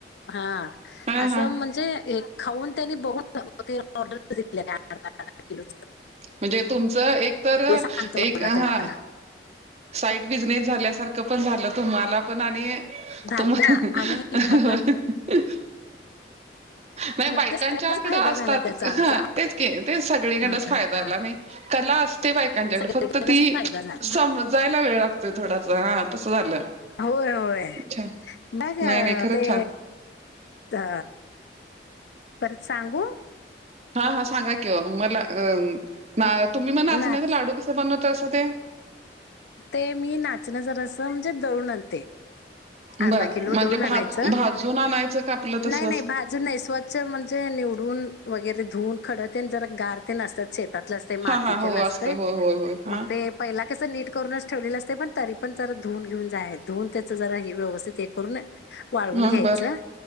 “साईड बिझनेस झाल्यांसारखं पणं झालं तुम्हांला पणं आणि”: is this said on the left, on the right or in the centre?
Right